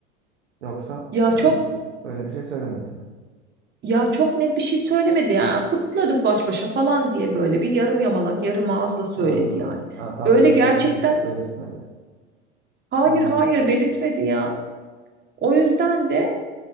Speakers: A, on the right; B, on the right.
A: Yoksa
B: Ya
A: yani
B: çok
A: hiç öyle bir şey söylemedi mi?
B: ya çok net bir şey söylemedi ya. Kutlarız baş başa falan diye böyle bir yarım yamalak, yarım ağızla söyledi
A: Anladım.
B: yani.
A: Ha, tam
B: Böyle
A: böyle
B: gerçekten
A: kesin belirtmedi.
B: hayır
A: Anladım.
B: hayır belirtmedi ya. O yüzden de